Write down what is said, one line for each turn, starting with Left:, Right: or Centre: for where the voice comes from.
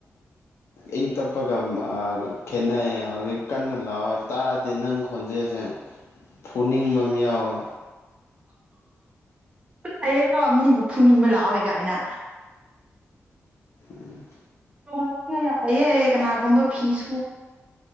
Left: ꯏꯪ ꯇꯞꯄꯒ ꯈꯦꯠꯅꯩ ꯍꯧꯖꯤꯛ ꯀꯟꯅ ꯂꯥꯎꯑꯣ ꯇꯥꯗꯦ ꯅꯪ ꯈꯣꯟꯖꯦꯜꯁꯦ ꯐꯨꯅꯤꯡꯕ ꯑꯃ ꯌꯥꯎꯋꯦ
Right: ꯂꯩꯌꯦꯀꯣ ꯃꯤꯕꯨ ꯐꯨꯅꯤꯡꯕ ꯂꯥꯛꯋꯦ ꯀꯥꯏꯅ
Left: ꯎꯝ
Right: ꯂꯣꯟꯁꯨ ꯀꯌꯥ ꯌꯥꯝ ꯂꯩꯑꯦ ꯀꯅꯥꯒꯨꯝꯕ ꯐꯤ ꯁꯨꯕ